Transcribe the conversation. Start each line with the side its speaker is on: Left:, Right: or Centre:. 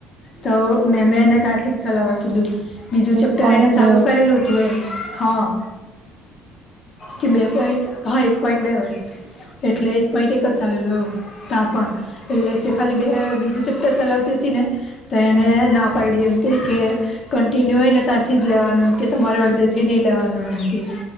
Left: તો મે મેમ એ આથી જ ચલાવા કીધું. બીજું
Right: એક
Left: ચેપ્ટર
Right: પોઈન્ટ
Left: એને
Right: બે
Left: ચાલુ કરેલું હતું એમ હા કે બે પોઈન્ટ હા એક પોઈન્ટ બે વાે એટલે એક પોઈન્ટ એક જ ચાલેલવ તા પણ. એટલે ખાલી બે બીજું ચેપ્ટર ચલાવતી હતી ને તો એને ના પાડી એમ. ક કે કન્ટિન્યુ હોય ને ત્યાંથી જ લેવાનું એમકી તમારે અડધેથી નહીં લેવાનું એમ‌ કેય.